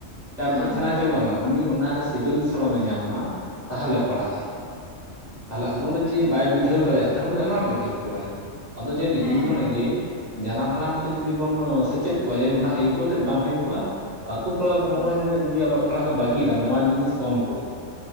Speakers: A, on the right; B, on the left.
A: ᱪᱟᱯ
B: ᱦᱩᱸ
A: ᱛᱮᱫᱚ ᱥᱮᱬᱟ
B: ᱦᱩᱸ ᱦᱩᱸ
A: ᱪᱚ ᱜᱮ ᱵᱟᱝ ᱜᱚᱞᱟᱱᱚᱜ-ᱟ, ᱩᱱᱤ ᱚᱱᱟᱨᱮ ᱥᱤᱵᱤᱞ ᱥᱚᱲᱚᱢᱮ ᱧᱟᱢ ᱢᱟ ᱛᱟᱦᱚᱞᱮ ᱯᱟᱲᱦᱟᱜᱼ ᱟᱭ᱾ ᱛᱟᱦᱚᱞᱮ ᱟᱫᱚ ᱚᱱᱮ
B: ᱟᱪᱪᱷᱟ
A: ᱡᱮ ᱵᱟᱭ ᱵᱩᱷᱟᱹᱣ ᱫᱟᱲᱮᱭᱟᱜᱼᱟ ᱛᱟᱦᱚᱞᱮ ᱩᱱᱤᱫᱚ ᱟᱱᱟᱴ ᱜᱮ ᱵᱟᱭ ᱟᱹᱭᱠᱟᱹᱣᱟᱭ ᱟᱫᱚ ᱡᱟᱹᱱᱤᱡ
B: ᱦᱮᱸ
A: ᱤᱧ ᱢᱚᱱᱮ
B: ᱦᱮᱸ
A: ᱤᱧ ᱡᱟᱱᱟᱢ ᱟᱲᱟᱝ ᱛᱮ ᱡᱩᱫᱤ ᱵᱚᱱ ᱥᱮᱪᱮᱫ ᱠᱚᱜᱼᱟ ᱚᱱᱟ ᱟᱹᱭᱠᱟᱹᱣ ᱛᱮ ᱵᱟᱝ ᱦᱩᱭ ᱠᱚᱜᱼᱟ᱾ ᱟᱛᱳ ᱯᱟᱲᱟᱨ ᱨᱮ ᱦᱚᱸᱜᱼᱚᱭ ᱱᱩᱱᱟᱹᱜ ᱡᱮ ᱚᱞᱚᱜ ᱯᱟᱲᱦᱟᱜ ᱠᱚ ᱵᱟᱹᱜᱤᱭ ᱫᱟ ᱱᱚᱣᱟ ᱡᱤᱱᱤ ᱠᱚᱢ ᱠᱚᱜ-ᱟ,